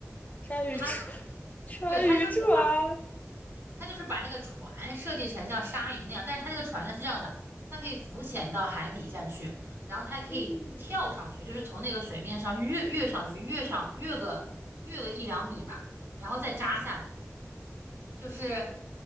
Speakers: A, on the left; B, on the right.
A: 鲨鱼船，
B: 它就是
A: <laughs> 鲨鱼船。
B: 对它就是把它就是把那个船设计成像鲨鱼那样，但是它那个船呢是这样的，它可以浮潜到海底下去，然后它还可以跳上去，
A: 嗯，
B: 就是从那个水面上跃跃上去，跃上跃个跃个一两米吧，然后再扎下来。就是